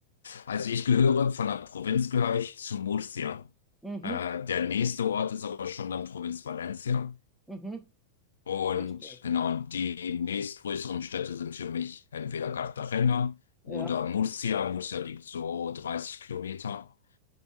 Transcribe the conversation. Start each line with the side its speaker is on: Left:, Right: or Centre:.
Left: Also ich gehöre, von der Provinz gehöre ich zu Murcia.
Centre: Mhm,
Left: Äh, der nächste Ort ist aber schon dann Provinz Valencia.
Centre: mhm,
Left: Und
Centre: verstehe.
Left: genau, und die nächstgrößeren Städte sind für mich entweder Cartagena oder
Centre: Ja,
Left: Murcia. Murcia liegt so 30 Kilometer.